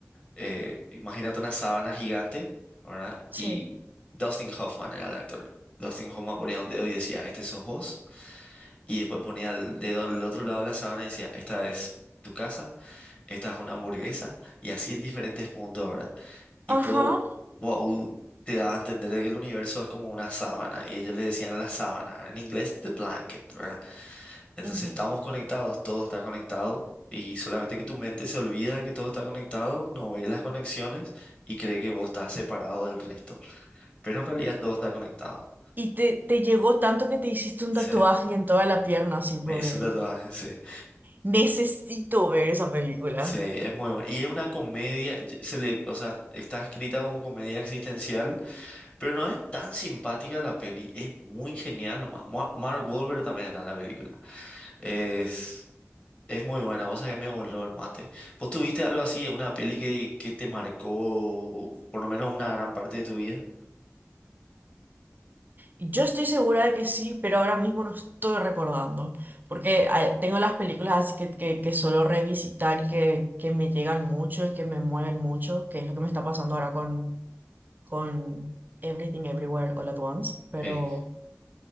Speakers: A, on the left; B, on the right.
A: eh, imagínate una sábana gigante, ¿verdad?
B: Sí.
A: Y Dustin Hoffman era el actor. Dustin Hoffman ponía un dedo y decía, este sos vos. Y después ponía el dedo al otro lado de la sábana y decía, esta es tu casa esta es una hamburguesa, y así en diferentes puntos, ¿verdad? Y
B: Ajá.
A: todo, wow, te daba a entender de que el universo es como una sábana, y ellos les decían la sábana, en inglés the blanket, ¿verdad? Entonces
B: ujú.
A: estamos conectados, todo está conectado, y solamente que tu mente se olvida de que todo está conectado, no ve las conexiones y cree que vos estás separado del resto, pero en realidad todo está conectado.
B: Y te, te llegó tanto que te hiciste un
A: Sí.
B: tatuaje en toda la pierna así por
A: Me hice
B: él.
A: un tatuaje, sí.
B: Necesito ver esa película.
A: Sí, es muy bueno. Y es una comedia, y- se le, o sea, está escrita como comedia existencial, Pero no es tan simpática la peli, es muy genial nomás. Ma- Mark Wahlberg también está en la película. Es, es muy buena, vos sabés que me voló el mate. ¿Vos tuviste algo así, una peli que, que te marcó por lo menos una gran parte de tu vida?
B: Yo estoy segura de que sí, pero ahora mismo no estoy recordando, porque eh, tengo las películas así que, que, que suelo revisitar y que, que me llegan mucho y que me mueven mucho, que es lo que me está pasando ahora con, con Everything Everywhere All at Once, pero
A: Sí.